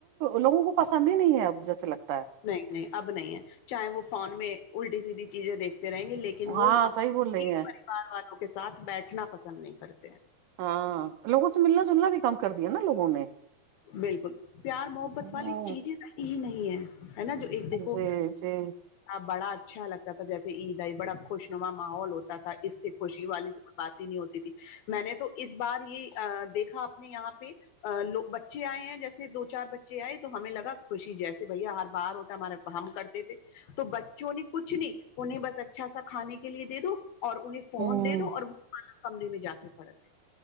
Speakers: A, on the right; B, on the left.
A: لوگوں کو پسند ہی نہیں ہے اب جیسے لگتا ہے
B: نہیں نہیں اب نہیں ہے چاہے وہ فون میں الٹی سیدھی چیزیں دیکھ رہیں گے لیکن وہ
A: ہاں
B: اپنے
A: صحیح بول رہی ہیں
B: پریوار والوں کے ساتھ بیٹھنا پسند نہیں کرتے ہیں
A: ہاں لوگوں سے ملنا جلنا بھی کم کر دیا نا لوگوں نے
B: بالکل پیار محبت
A: ہوں
B: والی چیزیں ہی نہیں ہے ہے نا جو ایک دیکھو
A: جی جی
B: بڑا اچھا لگتا تھا جیسے عید آئی بڑا خوشنما ماحول ہوتا تھا اس سے خوشی والی تو کوئی بات ہی نہیں ہوتی تھی میں نے تو اس بار یہ دیکھا آپ یہاں پہ لوگ بچے آئے ہیں جیسے دو چار بچے آئے تو ہمیں لگا خوشی جیسے بھائی ہر بار ہوتا ہے ہمارے ہم کرتے تھے تو بچوں نے کچھ نہیں انہیں بس اچھا سا کھانے کے لیے دے دو اور انہیں فون
A: ہوں
B: دے دو اور وہ والا کمرے میں جا کے پڑ گئے